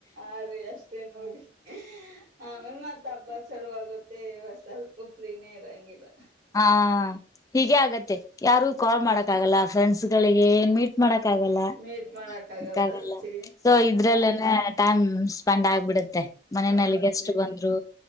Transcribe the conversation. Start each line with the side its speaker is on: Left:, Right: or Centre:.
Right: ಆ ರೀ ಎಷ್ಟೇ ನೋಡಿ ಆಮೇಲ ಮತ್ತ ಅಬ್ಬಸ್. ಛಲೂ ಆಗುತ್ತೇ ಈವಾ ಸ್ವಲ್ಪ ಫ್ರೀನೇ ಇರಂಗಿಲ್ಲಾ.
Left: ಹಾ. ಹೀಗೆ ಆಗತ್ತೆ ಯಾರು ಕ್ವಾಲ್
Right: ಹಾ
Left: ಮಾಡಕ್ ಆಗಲ್ಲಾ ಫ್ರೆಂಡ್ಸ್ ಗಳಿ. ಏನ್ ಮೀಟ್ ಮಾಡಾಕ್. ಕ್ಕಾಗಲ್ಲಾ
Right: ಮೀಟ್ ಮಾಡಕ್ ಆಗಲ್ಲ
Left: ಕ್ಕಾಗಲ್ಲಾ
Right: ಅಜ್ಜಿ
Left: ಸೊ ಇದ್ರಲ್ಲೇನೆ
Right: ಹ್ಮ
Left: ಟೈಮ್ ಸ್ಪೆಂಡ್ ಆಗ್ಬಿಡುತ್ತೆ ಮನೆನಲ್ಲಿಗೆಸ್ಟ್
Right: ಹೌದ್ರಿ
Left: ಬಂದ್ರು